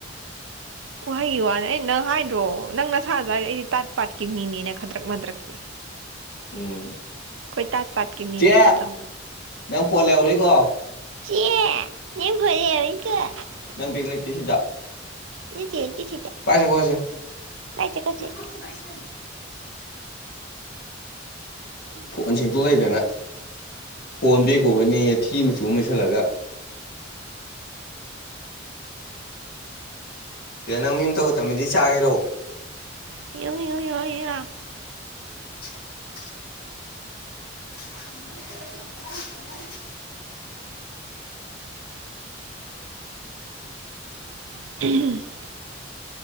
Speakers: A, on the right; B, on the left.
A: ꯋꯍꯩꯒꯤ ꯋꯥꯅꯦ ꯑꯩ ꯅꯪ ꯍꯥꯏꯗ꯭ꯔꯣ ꯅꯪ ꯅꯁꯥ ꯑꯗꯨꯋꯥꯏꯗ ꯑꯩꯗꯤ ꯇꯥꯠ ꯄꯥꯠꯀꯤ ꯃꯤꯅꯤꯅ ꯈꯗ꯭ꯔꯛ ꯃꯗ꯭ꯔꯛꯀꯤ
B: ꯎꯝ
A: ꯑꯩꯈꯣꯏ ꯇꯥꯠ ꯄꯥꯠꯀꯤ ꯃꯤꯅꯦ
B: ꯆꯦ
A: ꯈꯗꯔꯛ ꯃꯗꯔꯛ
B: ꯅꯪ ꯐꯣꯟ ꯂꯩꯍꯧꯔꯤꯀꯣ
A: <unintelligible>
B: ꯅꯪ ꯕꯦꯒ ꯂꯩꯇꯦ ꯁꯤꯗ
A: <unintelligible>
B: ꯄꯥꯏꯁꯦ ꯈꯣꯠꯁꯦ <unintelligible> ꯐꯣꯟꯁꯤꯡꯄꯨ ꯂꯩꯗꯅ ꯐꯣꯟꯕꯦꯛ ꯀꯣꯚꯔꯅꯦꯌꯦ ꯊꯤ ꯃꯆꯨ ꯑꯃ ꯂꯩꯁꯜꯂꯒ ꯀꯩꯅꯣ ꯅꯪ ꯃꯤ ꯇꯧꯒꯥ ꯇꯕꯃꯤꯗꯤ ꯆꯥꯒꯦꯔꯣ
A: <unintelligible>
B: <inaudible> <unintelligible>
A: <unintelligible>